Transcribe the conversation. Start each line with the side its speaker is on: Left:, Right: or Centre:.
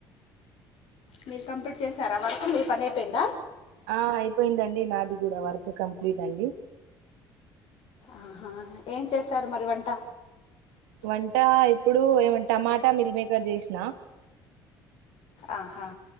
Left: మీరు కంప్లీట్ చేసారా వర్క్ మీ పని అయిపోయిందా
Right: ఆ అయిపోయిందండి నాది కూడా వర్క్ కంప్లీట్ అండి
Left: ఆహా ఏం చేశారు మరి వంట
Right: వంట ఇప్పుడు ఏమ టమాటా మిల్క్ మేకర్ చేసిన
Left: ఆహా